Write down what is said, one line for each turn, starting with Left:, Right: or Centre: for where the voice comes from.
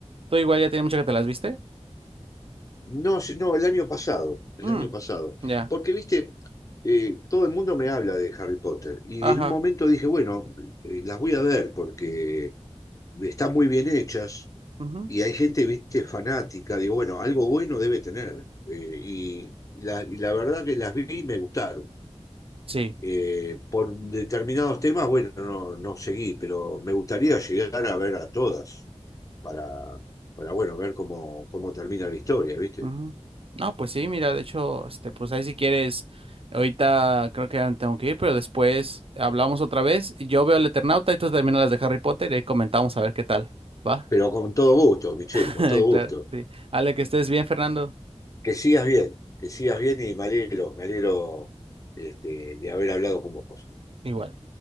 Right: Tú igual ya tiene mucho que te las viste.
Left: No, si- no, el año pasado, el
Right: Mm,
Left: año pasado.
Right: ya.
Left: Porque, viste, eh, todo el mundo me habla de Harry Potter y
Right: Ajá.
Left: en un momento dije, bueno, eh, las voy a ver porque están muy bien hechas
Right: ujú,
Left: y hay gente, viste, fanática. Digo, bueno, algo bueno debe tener. Eh, y, la, y la verdad que las vi y me gustaron.
Right: Sí.
Left: Eh, por determinados temas, bueno, no, no seguí, pero me gustaría llegar a ver a todas para, para bueno, ver cómo, cómo termina la historia, ¿viste?
Right: ujú. No, pues sí, mira, de hecho, este, pues ahí si quieres, ahorita creo que ya me tengo que ir, pero después hablamos otra vez. y Yo veo el Eternauta y tú terminas las de Harry Potter y ahí comentamos a ver qué tal. ¿Va?
Left: Pero con todo gusto, Michelle,
Right: <laughs>
Left: con todo gusto.
Right: Claro, sí. Ale, que estés bien, Fernando.
Left: Que sigas bien, que sigas bien y me alegro, me alegro este, de haber hablado con vos.
Right: Igual.